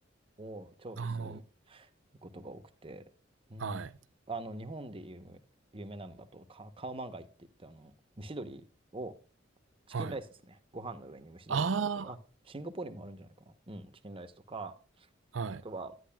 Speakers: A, on the right; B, on the right.
A: のを調理する
B: あ
A: ことが多くて。うん。
B: あー、はい、
A: あの、日本で有名、有名なのだと、カ、カオマンガイって言って、あの、蒸し鶏を、チキンライスですね。
B: はい。
A: ご飯の上に蒸し鶏が乗ってる。
B: あ
A: あ、シンガポールにもあるんじゃないかな。うん、チキンライスとか、
B: あ、はい。
A: あとは、